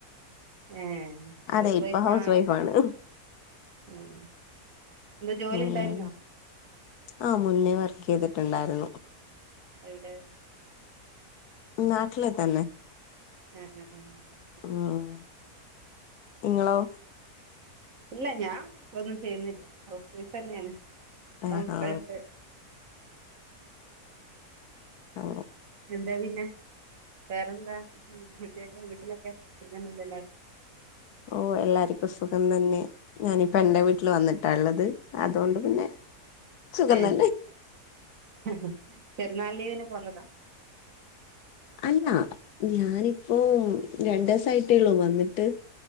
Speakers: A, on the right (about 60°); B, on the left (about 80°).
A: ഏഹ് ഹൗസ്
B: അതെ ഇപ്പൊ
A: വൈഫായിട്ട്
B: വൈഫ് ആണ്
A: ഉം എന്താ ജോലി
B: ഉം
A: ഇണ്ടായിരുന്നോ
B: ആ മുന്നേ വർക്കെയ്തിട്ടുണ്ടായിരുന്നു
A: എവിടെ
B: നാട്ടില് തന്നെ
A: അ അ ഉം ശെരി
B: ഉം നിങ്ങളോ
A: ഇല്ല ഞാൻ ഒന്നും ചെയ്യുന്നില്ല ഹൗസ് ഫൈഫ് തന്നെയാണ്
B: ആഹാ
A: മക്കളുണ്ട്
B: ആ
A: എന്താ പിന്നെ വേറെന്താ ഉം വിശേഷം വീട്ടിലൊക്കെ സുഖം തന്നെ എല്ലാർക്കും
B: ഓ എല്ലാർക്കും സുഖം തന്നെ ഞാനിപ്പ എന്റെ വീട്ടിൽ വന്നിട്ടാള്ളത് അതുകൊണ്ട് പിന്നെ സുഖം
A: ഏഹ്
B: തന്നെ
A: ഹ് ഹ് പെരുന്നാൾ ലീവിന് പോന്നതാ
B: അല്ല ഞാനിപ്പോ രണ്ട് ദിവസായിട്ടേള്ളൂ വന്നിട്ട്